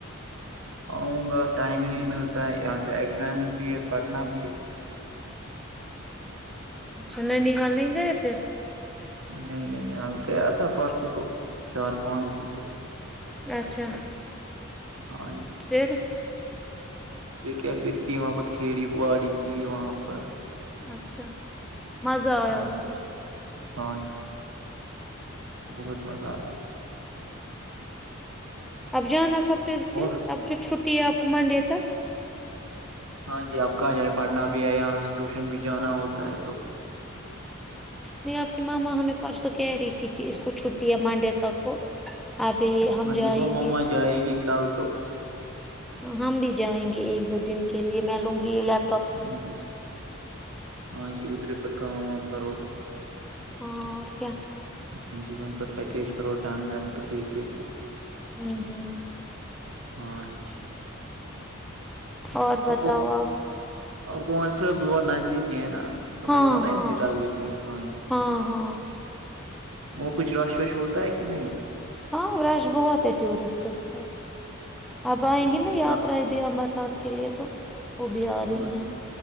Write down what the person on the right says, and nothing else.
آؤں گا ٹائم ہی نہیں ملتا ہے یہاں سے ایگزامس بھی ہے پڑھنا بھی ہے
نہیں نہیں نہیں ہال گیا تھا پرسوں تو چار پانچ دن تو <unintelligible>
ہاں جی
پھر کیفر کی وہاں پر کھیڑی باڑی کی وہاں پ
ہاں جی
ہاں بہت مزا آیا <unintelligible>
اور
ہاں جی آپ کہاں جائیں پڑھنا بھی ہے یہاں سے ٹیوشن بھی جانا ہوتا ہے تو
ہاں
جی وہ مما
جائے گی کال تو
ہاں جی ہاں جی ادھر پر کام وام کرو تو
ہاں جی وہیں پیکیج کرو ڈن ڈن تو ایک ایک
ہاں جی <unintelligible>
ا
کووس سےا بور نزدیک ہے نا آپ
رہتے ہو نا
ادھر ڈال گیٹ میں ہی۔ جی
وہ کچھ رش وش ہوتا ہے کہ نہیں
اچھا
جی
ہاں
جی